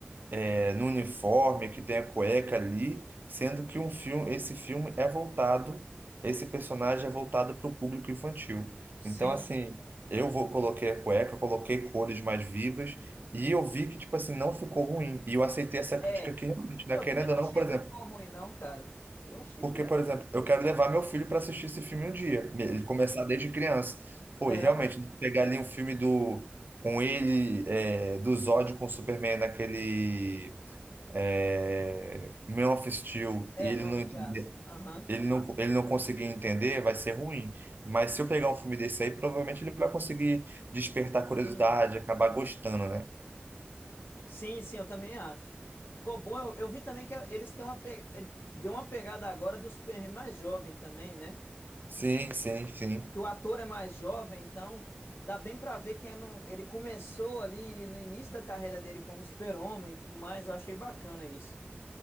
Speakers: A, on the right (about 55°); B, on the left (about 70°).
A: é, no uniforme, que tem a cueca ali, sendo que um filme, esse filme é voltado, esse personagem é voltado para o público infantil.
B: sim.
A: Então, assim, eu vou coloquei a cueca, coloquei cores mais vivas e eu vi que, tipo assim, não ficou ruim. E eu aceitei essa crítica
B: É.
A: aqui realmente,
B: Não,
A: né?
B: eu
A: Querendo
B: também não
A: ou não,
B: achei
A: por
B: que
A: exemplo,
B: ficou ruim, não, cara. Eu achei
A: porque,
B: de boa.
A: por exemplo, eu quero levar meu filho para assistir esse filme um dia, ele começar desde criança. Pô,
B: Né,
A: e realmente,
B: ué?
A: né, pegar ali um filme do com ele, é, do Zod com o Superman naquele é, meu assistiu
B: É,
A: e ele
B: nome
A: não entender,
B: de aço. Aham.
A: ele não, ele não conseguir entender, vai ser ruim. Mas se eu pegar um filme desse aí, provavelmente ele vai conseguir despertar curiosidade,
B: Sim.
A: acabar gostando, né?
B: Sim, sim, eu também acho. Ficou bom. Eu, eu vi também que eles têm uma pe... ele deu uma pegada agora do Superman mais jovem também, né?
A: Sim, sim, sim.
B: que o ator é mais jovem, então dá bem pra ver que é no- ele começou ali no início da carreira dele como super-homem e tudo mais. Eu achei bacana isso.